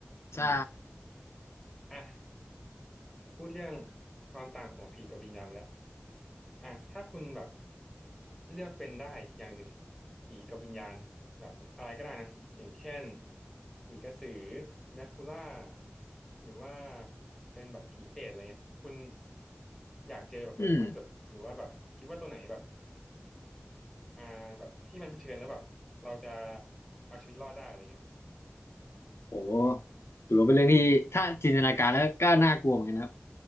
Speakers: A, in the centre; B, on the left.
A: อืม
B: ใช่
A: อ่ะพูดเรื่องความต่างของผีกับวิญญาณไปแล้วอ่ะถ้าคุณแบบเลือกเป็นได้อย่างหนึ่งผีกับวิญญาณแบบอะไรก็ได้นะอย่างเช่นผีกระสือเนคูล่าหรือว่าเป็นแบบผีเปรตอะไรเงี้ยคุณอยากเจอแบบตัวไหนมากที่สุดหรือว่าแบบคิดว่าตัวไหนแบบ
B: อืม
A: อ่าแบบที่มันเผชิญแล้วแบบเราจะเอาชีวิตรอดได้อะไรเงี้ย
B: โหถือว่าเป็นเรื่องที่ถ้าจินตนาการแล้วก็น่ากลัวเหมือนกันนะครับ